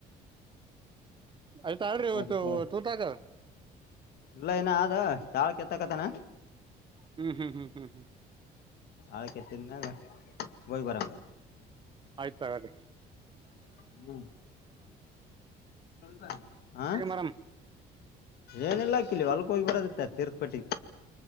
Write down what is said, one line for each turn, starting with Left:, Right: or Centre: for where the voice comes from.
Right: ಆಯ್ತಾ್ರಿ
Left: ಸರಿ
Right: ಇವತ್ತು
Left: ತಗೋ
Right: ತೂತಾಗ.
Left: ಇಲ್ಲ ಏನ ಆದ ತಾಳ್ ಕೆತ್ತಕತನಾ.
Right: ಹ್ಮ್ ಹ್ಮ್ ಹ್ಮ್ ಹ್ಮ್ ಹ್ಮ್.
Left: ಆಯ್ತ. ಕೆತ್ತಿನಿನ ಬಹ ಬರ.
Right: ಸಗೀ.
Left: ಹ್ಮ್ ಹತ.
Right: ಮಾರಮ್ಮ
Left: ಏನಲ್ಲ ಹಾಕಿಲಿ ಹೊಲ್ಕ್ ಹೋಗಿ ಬರದತ್ತ ತೀರ್ಥಪಟ್ಟಿ.